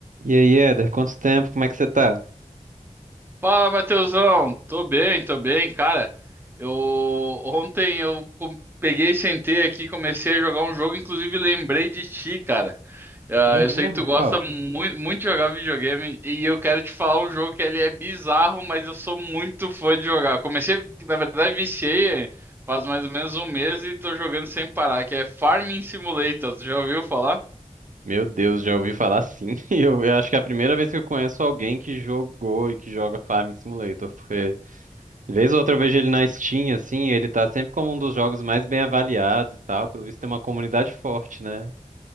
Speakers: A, on the right; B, on the right.
A: E aí, Éder, quanto tempo? Como é que você tá?
B: Fala, Matheusão. Tô bem, tô bem, cara. Eu ontem eu com- peguei, sentei aqui, comecei a jogar um jogo, inclusive lembrei de ti, cara. Ah,
A: É
B: Eu
A: mesmo?
B: sei que tu gosta
A: Qual?
B: muito, muito de jogar videogame e eu quero te falar um jogo que ele é bizarro, mas eu sou muito fã de jogar. Comecei, na verdade, viciei eh, faz mais ou menos um mês e tô jogando sem parar, que é Farming Simulator. Tu já ouviu falar?
A: Meu Deus, já ouvi falar sim. <laughs> Eu, eu acho que é a primeira vez que eu conheço alguém que jogou e que joga Farming Simulator, porque vez ou outra eu vejo ele na Steam, assim, e ele tá sempre como um dos jogos mais bem avaliados e tal. Pelo visto tem uma comunidade forte, né?